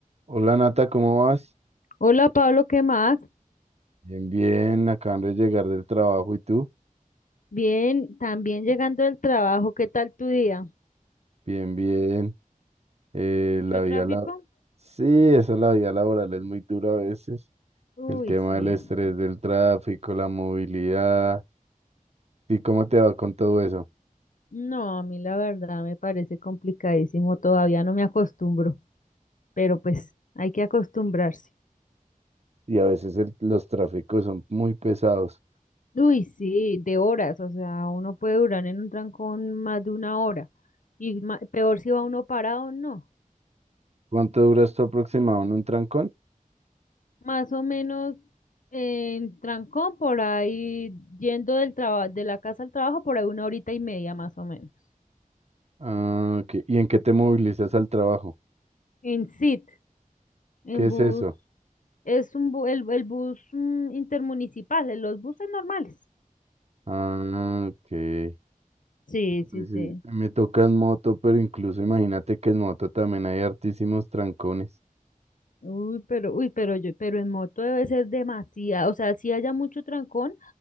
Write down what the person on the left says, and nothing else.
Hola Pablo, ¿qué más?
Bien, también llegando del trabajo, ¿qué tal tu día?
¿Mucho
tráfico?
Uy,
sí,
no.
No, a mí la verdad me parece complicadísimo, todavía no me acostumbro, pero pues hay que acostumbrarse.
Uy, sí, de horas, o sea, uno puede durar en un trancón más de una hora y ma- peor si va uno parado, no.
Más o menos en trancón por ahí, yendo del trabajo, de la casa al trabajo, por ahí una horita y media más o menos.
En SIT, en
bus,
es un bu- el, el bus mm, intermunicipal, en los buses normales.
Sí, sí,
sí.
Uy, pero, uy, pero yo, pero en moto debe ser demasiado, o sea, sí haya mucho trancón,